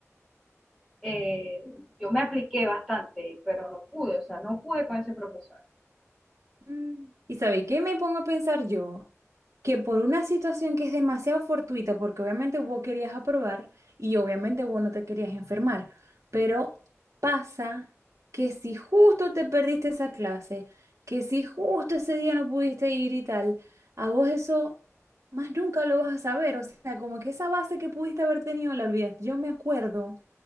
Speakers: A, in the centre; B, on the right.
A: eh, yo me apliqué bastante, pero no pude, o sea, no pude con ese profesor. <laughs>
B: Mm. ¿Y sabéis qué me pongo a pensar yo? Que por una situación que es demasiado fortuita, porque obviamente vos querías aprobar y obviamente vos no te querías enfermar, pero pasa que si justo te perdiste esa clase, que si justo ese día no pudiste ir y tal, a vos eso más nunca lo vas a saber, o sea, como que esa base que pudiste haber tenido la olvidas. Yo me acuerdo,